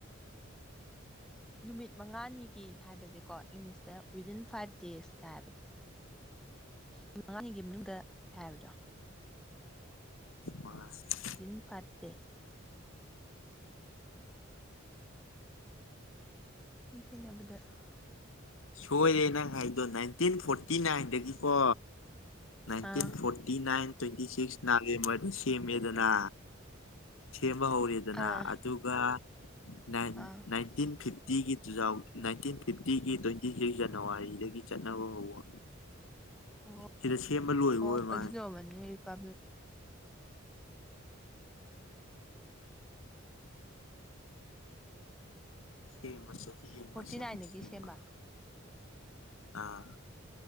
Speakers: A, in the centre; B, on the left (about 75°).
A: ꯅꯨꯃꯤꯠ ꯃꯉꯥꯅꯤꯒꯤ ꯍꯥꯏꯕꯁꯦꯀꯣ ꯏꯪꯂꯤꯁꯇ ꯋꯤꯗꯤꯟ ꯐꯥꯏꯚ ꯗꯦꯁ ꯀꯥꯏꯍꯥꯏꯕꯗꯣ ꯅꯨꯃꯤꯠ ꯃꯉꯥꯅꯤꯒꯤ ꯃꯅꯨꯡꯗ ꯀꯥꯏ ꯍꯥꯏꯕꯗꯣ
B: ꯃꯥꯁ <unintelligible>
A: ꯖꯤꯟ ꯐꯔꯠꯇꯦ <unintelligible> ꯁꯨꯝ ꯊꯦꯡꯅꯕꯗ
B: ꯁꯣꯏꯌ‌ꯦ ꯅꯪ ꯍꯥꯏꯗꯣ ꯅꯥꯏꯟꯇꯤꯟ ꯐꯣꯔꯇꯤ ꯅꯥꯏꯟꯗꯒꯤꯀꯣ ꯅꯥꯏꯟꯇꯤꯟ
A: ꯑꯥ
B: ꯐꯣꯔꯇꯤ ꯅꯥꯏꯟ ꯇ꯭ꯋꯦꯟꯇꯤ ꯁꯤꯛꯁ ꯅꯕꯦꯝꯕꯔꯗ ꯁꯦꯝꯃꯦꯗꯅ ꯁꯦꯝꯕ ꯍꯧꯔꯦꯗꯅ
A: ꯑꯥ
B: ꯑꯗꯨꯒ ꯅꯥꯏꯟꯇꯤꯟ
A: ꯑꯥ
B: ꯅꯥꯏꯠ ꯐꯤꯚ ꯐꯤꯇꯤꯒꯤ ꯇꯨꯊꯥꯎ ꯅꯥꯏꯟꯇꯤꯟ ꯐꯤꯞꯇꯤꯒꯤ ꯇ꯭ꯋꯦꯟꯇꯤ ꯊ꯭ꯔꯤ ꯖꯅꯋꯥꯔꯤꯗꯒꯤ ꯆꯠꯅꯕ ꯍꯧꯕ
A: ꯑꯣ
B: ꯁꯤꯗ ꯁꯦꯝꯕ ꯂꯣꯏꯕ
A: ꯑꯣ
B: ꯑꯣꯏ ꯃꯥꯜꯂꯦ
A: ꯑꯗꯨꯅ <unintelligible> ꯇꯧꯃꯅꯤ꯭ꯛ <unintelligible>
B: ꯍꯦ ꯃꯁꯛ ꯍꯦ
A: ꯐꯣꯔꯇꯤ
B: ꯃꯁꯦꯛ
A: ꯅꯥꯏꯟꯗꯒꯤ
B: <unintelligible>
A: ꯁꯦꯝꯕ
B: ꯑꯥ